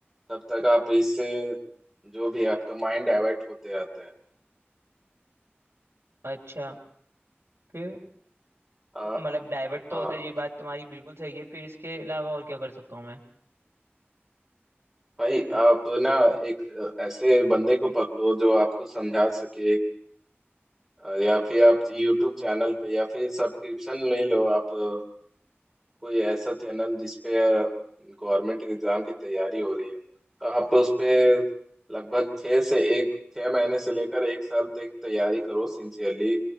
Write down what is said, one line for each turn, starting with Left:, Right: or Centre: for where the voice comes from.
Centre: तब तक आप इससे जो भी आपका माइंड डाइवर्ट होते रहता है
Right: अच्छा फिर
Centre: आ,
Right: मतलब डाइवर्ट तो
Centre: हाँ
Right: होता है ये बात तुम्हारी बिल्कुल सही है फिर इसके अलावा और क्या कर सकता हूँ मैं
Centre: भाई आप ना एक अ, ऐसे बंदे को पकड़ो जो आपको समझा सके अ, या फिर आप YouTube चैनल पे या फिर सब्सक्रिप्शन ले लो आप अ, कोई ऐसा चैनल जिसपे गवर्नमेंट एग्जाम की तैयारी हो रही है तो आप उस पे लगभग छः से एक छः महीने से लेकर एक साल तक तैयारी करो सिंसियरली